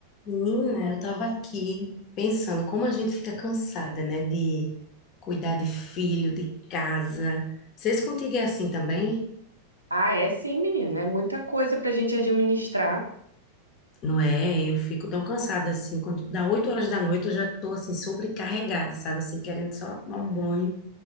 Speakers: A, on the left (about 35°); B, on the right (about 80°).
A: Menina, eu tava aqui pensando como a gente fica cansada, né, de cuidar de filho, de casa. Vocês contigo é assim também?
B: Ah, é sim, menina. É muita coisa pra gente administrar.
A: Não é? Eu fico tão cansada assim, quando dá 8 horas da noite eu já tô assim sobrecarregada, sabe? Assim, querendo só tomar um banho